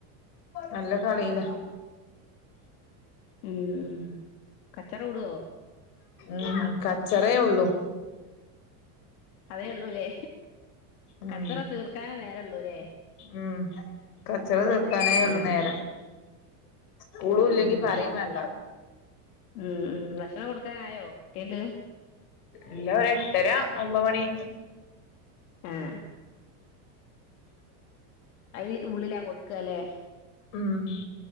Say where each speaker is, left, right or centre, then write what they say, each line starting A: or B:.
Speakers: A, on the left; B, on the left.
A: നല്ല കളിയിലാ.
B: ഉം ഉം കച്ചറൂടോ?
A: ഉം കച്ചറേ ഒള്ളൂ.
B: അതേ ഒള്ളൂല്ലേ
A: ഉം
B: കച്ചറ തീർക്കാനേ നേരൊള്ളൂല്ലേ.
A: ഉം കച്ചറ തീർക്കാനേ ഉള്ളു
B: ആഹ്
A: നേരം. സ്ക്കൂളൂല്ലെങ്കി
B: ഉം
A: പറിം മാണ്ടാ.
B: ഉം ഉം ഭക്ഷണം കൊടുക്കാനായോ കുട്ട്യെക്ക്?
A: ഇല്ല ഒരെട്ടര ഒമ്പ മണി.
B: ആഹ അയിന് ഉള്ളിലാ കൊടുക്ക അല്ലേ
A: അഹ